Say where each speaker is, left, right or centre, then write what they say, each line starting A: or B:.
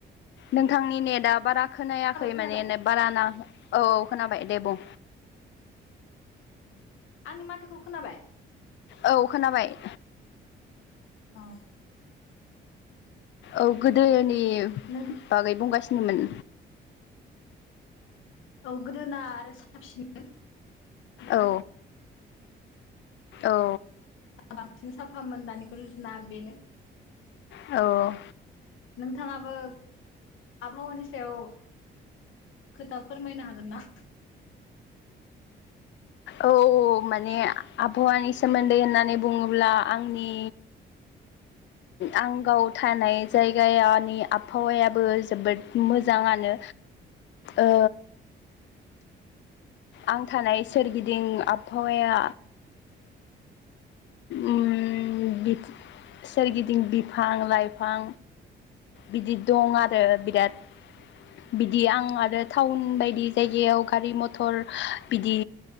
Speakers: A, on the left (about 65°); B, on the left (about 80°).
A: नोंथांनि नेटा बारा खोनायाखै
B: खोनाबाय
A: माने बारा <unintelligible> औ औ खोनाबाय दे बुं
B: आंनि माथोखौ खोनाबाय
A: औ खोनाबाय
B: औ
A: औ गोदोनि
B: नों
A: बागै बुंगासिनोमोन
B: औ गोदोना आरो <unintelligible>
A: औ औ
B: बांसिन साफामोन दानिखौ रुजुना बेनो
A: औ
B: नोंथाङाबो आबहावानि सायाव खोथा फोरमायनो हागोन ना
A: औ माने आबहावानि सोमोन्दै होननानै बुङोब्ला आंनि आं गाव थानाय जायगानि आबहावायाबो जोबोद मोजाङानो ओ आं थानाय सोरगिदिं आबहावाया उम बि सोरगिदिं बिफां लाइफां बिदि दं आरो बिराद बिदि आं आरो टाउन बायदि जायगायाव गारि मथर बिदि